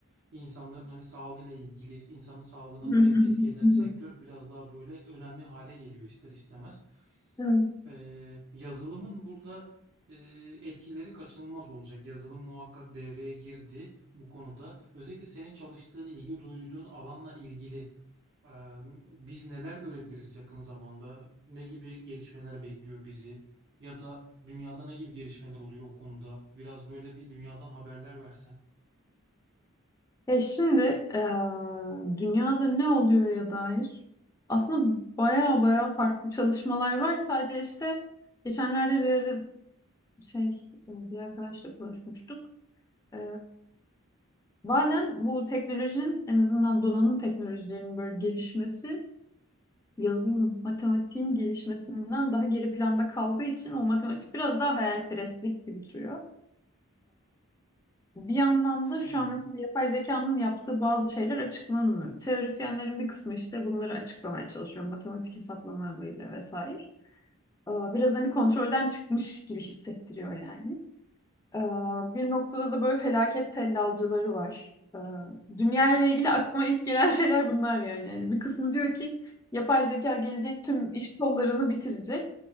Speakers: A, on the right; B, on the left.
A: İnsanların hani sağlığıyla ilgili, insanın sağlığına
B: Hı
A: direkt
B: hı
A: etki
B: hı
A: eden
B: hı hı.
A: sektör biraz daha böyle önemli hale geliyor ister istemez.
B: Evet.
A: Eee, yazılımın burada eee, etkileri kaçınılmaz olacak. Yazılım muhakkak devreye girdi bu konuda. Özellikle senin çalıştığın, ilgi duyduğun alanla ilgili Eee, Biz neler görebiliriz yakın zamanda? Ne gibi gelişmeler bekliyor bizi? Ya da dünyada ne gibi gelişmeler oluyor o konuda? Biraz böyle bir dünyadan haberler versen.
B: E şimdi e, dünyada ne oluyor ya dair aslında baya baya farklı çalışmalar var. Sadece işte geçenlerde bir yerde şey e, bir arkadaşla konuşmuştuk. E, bazen bu teknolojinin en azından donanım teknolojilerinin böyle gelişmesi yazılım, matematiğin gelişmesinden daha geri planda kaldığı için o matematik biraz daha hayalperestlik gibi duruyor. Bir yandan
A: Hmm,
B: da şu an mesela yapay zekanın yaptığı bazı şeyler açıklanmıyor. Teorisyenlerin bir kısmı işte bunları açıklamaya çalışıyor. Matematik hesaplamalarıyla vesaire. Ee, Biraz hani kontrolden çıkmış gibi hissettiriyor yani. Ee, Bir noktada da böyle felaket tellalcıları var. Ee, Dünya ile ilgili aklıma ilk gelen <laughs> şeyler bunlar yani. Yani bir kısmı diyor
A: hı,
B: ki yapay zeka gelecek tüm iş kollarını bitirecek.